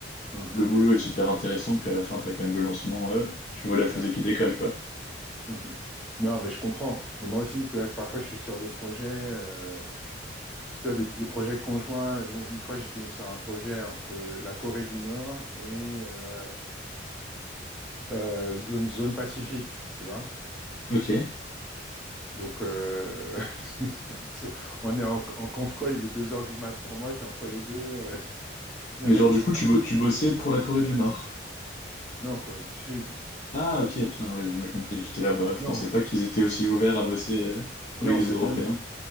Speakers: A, in the centre; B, on the left.
A: Mhm,
B: Le boulot est super intéressant, puis à la fin, t'as quand même le lancement, euh, tu vois la fusée
A: ouais,
B: qui décolle, quoi.
A: mhm. Non, mais je comprends. Mais moi aussi, tu vois, parfois je suis sur des projets. euh, Tu vois, des, des projets conjoints. Une fois, j'étais sur un projet entre la Corée du Nord et euh, euh, zone, zone Pacifique, tu vois.
B: Ok.
A: Donc, euh, <laughs> donc, so, on est en, en conf call, il est 2 heures du mat pour moi, je suis entre les deux. euh, <laughs> Il
B: Mais
A: y en
B: genre,
A: a qui
B: du
A: sont...
B: coup, tu, bo- tu bossais pour la Corée du Nord.
A: Non, Corée du Sud.
B: Ah, ok, putain, ouais, j'ai mal compris, j'étais là-bas. Je pensais
A: Non,
B: pas qu'ils étaient aussi ouverts à bosser euh,
A: non,
B: avec des
A: c'est
B: Européens.
A: le même,